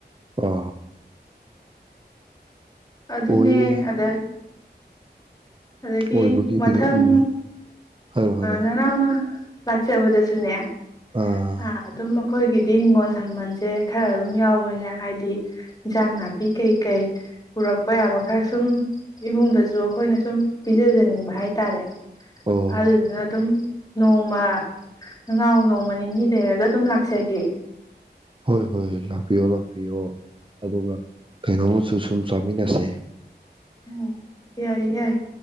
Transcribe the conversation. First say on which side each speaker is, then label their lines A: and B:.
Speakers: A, on the right; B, on the left.
A: ꯑ
B: ꯑꯗꯨꯅꯦ
A: ꯑꯣꯏꯌꯦ
B: ꯑꯗꯦ ꯑꯗꯒꯤ
A: ꯑꯣꯏꯕꯒꯤꯕꯨꯗꯤ
B: ꯃꯊꯪ
A: ꯎꯝ ꯍꯥꯏꯔꯣ ꯍꯥꯏꯔꯣ
B: ꯅꯅꯥꯎꯅ ꯂꯥꯛꯆꯕꯗ ꯁꯨꯅ
A: ꯑꯥ
B: ꯑ ꯑꯗꯨꯃ ꯑꯩꯈꯣꯏꯒꯤꯗꯤ ꯍꯤꯡꯒꯣꯜ ꯁꯝꯕꯜꯁꯦ ꯈꯔ ꯑꯗꯨꯝ ꯌꯥꯎꯕꯅꯦ ꯍꯥꯏꯗꯤ ꯏꯟꯖꯥꯡ ꯅꯥꯄꯤ ꯀꯩꯀꯩ ꯄꯨꯔꯛꯄ ꯌꯥꯕ ꯈꯔ ꯁꯨꯝ ꯏꯃꯨꯡꯗꯁꯨ ꯑꯩꯈꯣꯏꯅ ꯁꯨꯝ ꯄꯤꯖꯖꯅꯤꯡꯕ ꯍꯥꯏꯇꯥꯔꯦ
A: ꯑꯣ
B: ꯑꯗꯨꯗꯨꯅ ꯑꯗꯨꯝ ꯅꯣꯡꯃ ꯅꯅꯥꯎ ꯅꯣꯡꯃ ꯅꯤꯅꯤ ꯂꯩꯔꯒ ꯑꯗꯨꯝ ꯂꯥꯛꯆꯒꯦ
A: ꯍꯣꯏ ꯍꯣꯏꯣꯏ ꯂꯥꯛꯄꯤꯌꯣ ꯂꯥꯛꯄꯤꯣ ꯑꯗꯨꯒ ꯀꯩꯅꯣꯃꯁꯨ ꯁꯨꯝ ꯆꯥꯃꯤꯟꯅꯁꯦ
B: ꯎ ꯌꯥꯏ ꯌꯥꯏ